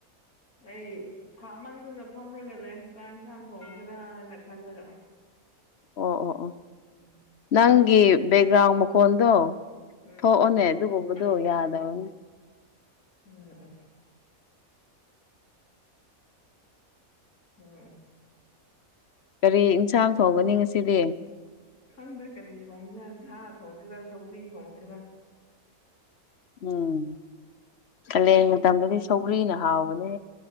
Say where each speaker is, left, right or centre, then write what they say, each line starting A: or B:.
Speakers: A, on the left; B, on the left.
A: ꯑꯩ ꯁꯥꯃꯟꯗꯅ ꯐꯝꯔꯒ ꯂꯩ ꯆꯥꯛ ꯌꯦꯟꯁꯥꯡ ꯊꯣꯡꯁꯤꯔꯥ ꯍꯥꯏꯅ ꯈꯜꯂꯒ
B: ꯑꯣ ꯑꯣ ꯑꯣ
A: ꯎꯝ
B: ꯅꯪꯒꯤ ꯕꯦꯛꯒ꯭ꯔꯥꯎꯟ ꯃꯈꯣꯟꯗꯣ
A: ꯎꯝ
B: ꯊꯣꯛꯑꯣꯅꯦ ꯑꯗꯨꯒꯨꯝꯕꯗꯣ ꯌꯥꯗꯕꯅꯦ
A: ꯎꯝ ꯎꯝ ꯎꯝ ꯎꯝ ꯎꯝ
B: ꯀꯔꯤ ꯌꯦꯟꯁꯥꯡ ꯊꯣꯡꯒꯅꯤ ꯉꯁꯤꯗꯤ
A: ꯈꯪꯗꯦ ꯀꯔꯤ ꯊꯣꯡꯁꯤꯔꯥ ꯁꯥ ꯊꯣꯡꯁꯤꯔꯥ ꯁꯧꯒ꯭ꯔꯤ ꯊꯣꯡꯁꯤꯔꯥ
B: ꯎꯝ ꯀꯥꯂꯦꯟ ꯃꯇꯝꯗꯗꯤ ꯁꯧ꯭ꯔꯤꯅ ꯍꯥꯎꯕꯅꯦ